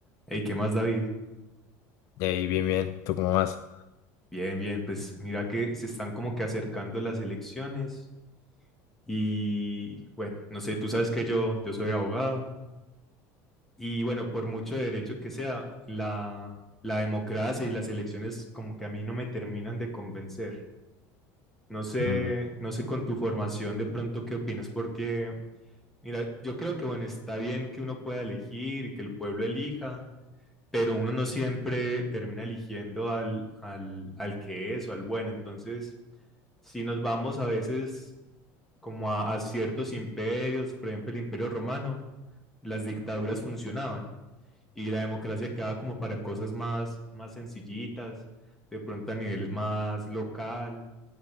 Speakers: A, in the centre; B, on the left.
A: Hey, ¿qué más, David?
B: Y ahí, bien, bien. ¿Tú cómo vas?
A: Bien, bien, pues mira que se están como que acercando las elecciones y bueno, no sé, tú sabes que yo, yo soy abogado y bueno, por mucho derecho que sea, la, la democracia y las elecciones como que a mí no me terminan de convencer. No sé,
B: Mm,
A: no sé con tu formación de pronto qué opinas, porque mira, yo creo que bueno, está bien que uno pueda elegir y que el pueblo elija, pero uno no siempre termina eligiendo al, al, al que es o al bueno. Entonces, si nos vamos a veces como a, a ciertos imperios, por ejemplo el Imperio Romano, las dictaduras funcionaban y la democracia quedaba como para cosas más, más sencillitas, de pronto a niveles más local.